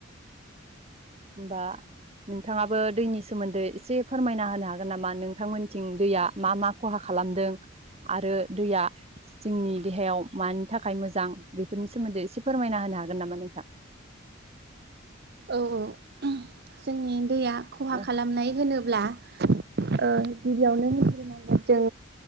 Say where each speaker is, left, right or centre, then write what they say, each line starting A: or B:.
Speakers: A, on the right (about 30°); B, on the right (about 50°).
A: होमबा नोंथाङाबो दैनि सोमोन्दै एसे फोरमायना होनो हागोन नामा नोंथांमोनथिं दैया मा मा खहा खालामदों आरो दैया जोंनि देहायाव मानि थाखाय मोजां बेफोरनि सोमोन्दै एसे फोरमायना होनो हागोन नामा नोंथां।
B: औ औ जोंनि दैया खहा
A: औ
B: खालामनाय होनोब्ला गिबियावनो ओ होनग्रोनांगोन जों